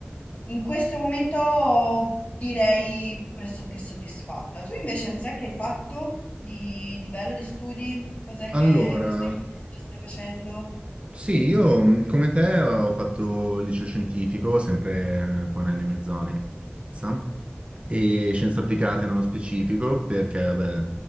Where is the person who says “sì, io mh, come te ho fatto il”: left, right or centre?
Right